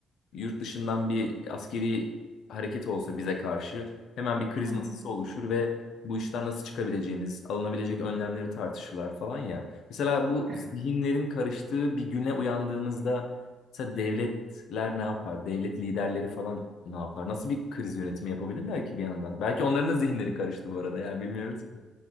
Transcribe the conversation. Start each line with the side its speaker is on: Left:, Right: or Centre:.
Left: yurt dışından bir askeri hareket olsa bize karşı hemen bir kriz
Right: Hı hı.
Left: masası oluşur ve bu işten nasıl çıkabileceğimiz, alınabilecek önlemleri tartışırlar falan ya. Mesela bu
Right: Evet.
Left: zihinlerin karıştığı bir güne uyandığımızda mesela devletler ne yapar, devlet liderleri falan ne yapar, nasıl bir kriz yönetimi yapabilirler ki bir yandan? Belki onların da zihinleri karıştı bu arada yani bilmiyoruz ki.